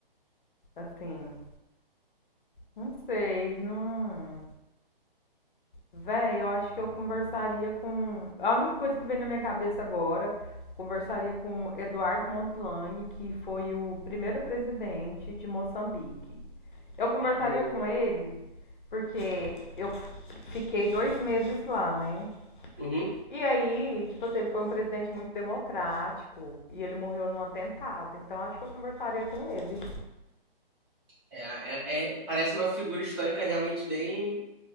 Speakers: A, on the left (about 55°); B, on the right (about 25°).
A: assim, não sei, não. Véi, eu acho que eu conversaria com. A única coisa que vem na minha cabeça agora, conversaria com Eduardo Mondlane, que foi o primeiro presidente de Moçambique. Eu conversaria
B: Uma boa.
A: com ele, porque eu fiquei dois meses lá, né?
B: Uhum.
A: E aí, tipo assim, ele foi um presidente muito democrático e ele morreu num atentado. Então acho que eu conversaria com ele.
B: É, é- é- parece uma figura histórica realmente bem.